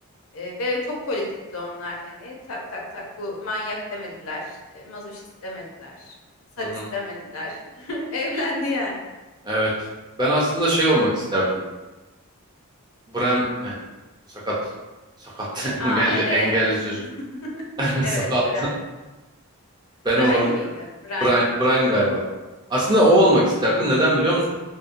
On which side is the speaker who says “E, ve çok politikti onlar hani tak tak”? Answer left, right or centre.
Left